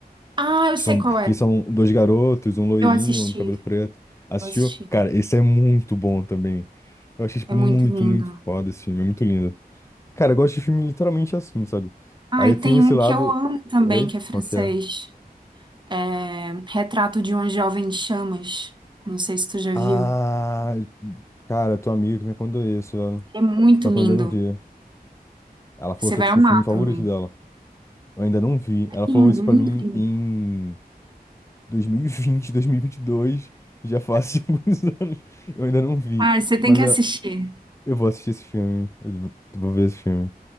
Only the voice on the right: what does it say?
Ah, eu
sei
qual
é.
Eu assisti,
eu assisti.
É
muito lindo.
Ah,
e
tem
um
que eu amo também,
que é francês.
É Retrato de uma Jovem em Chamas. Não sei se tu já
viu.
É muito
lindo.
Você
vai
amar
também.
Lindo,
lindo,
lindo.
Ah, você tem
que assistir.